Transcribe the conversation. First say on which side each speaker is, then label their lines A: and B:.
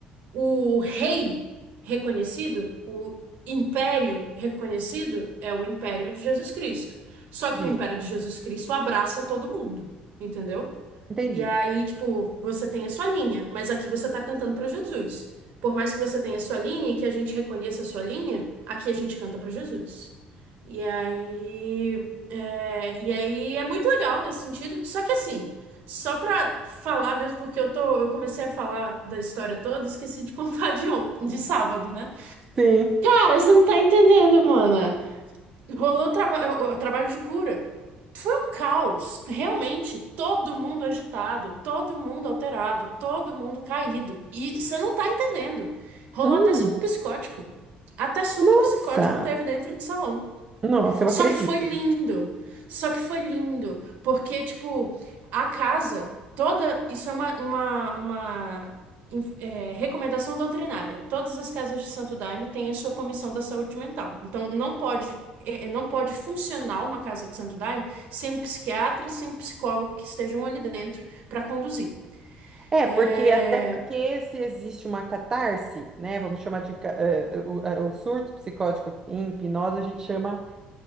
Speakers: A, on the right (about 60°); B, on the right (about 20°).
A: o rei reconhecido, o império reconhecido é o império de Jesus Cristo. Só
B: Di.
A: que o império de Jesus Cristo abraça todo mundo, entendeu?
B: Entendi.
A: E aí, tipo, você tem a sua linha, mas aqui você tá cantando pra Jesus. Por mais que você tenha a sua linha e que a gente reconheça a sua linha, aqui a gente canta pra Jesus. E aí, é, e aí é muito legal nesse sentido. Só que assim, só pra falar mesmo, porque eu tô, eu comecei a falar da história toda, esqueci de <laughs> contar de ontem, de sábado, né?
B: Sim.
A: Cara, você não tá entendendo, mano. Rolou traba o- o trabalho de cura. Foi um caos, realmente. Todo mundo agitado, todo mundo alterado, todo mundo caído. E você não tá entendendo. Rolou
B: Hum,
A: até surto psicótico. Até surto
B: nossa,
A: psicótico teve dentro do salão.
B: nossa, eu
A: Só
B: acredito.
A: que foi lindo. Só que foi lindo. Porque, tipo, a casa toda. Isso é uma, uma, uma é, recomendação doutrinária. Todas as casas de Santo Daime têm a sua comissão da saúde mental. Então, não pode. é, é, Não pode funcionar uma casa de Santo Daime sem um psiquiatra, sem um psicólogo que estejam ali dentro para conduzir.
B: É,
A: É,
B: porque até porque se existe uma catarse, né? Vamos chamar de ca- eh, o, eh, o surto psicótico em hipnose, a gente chama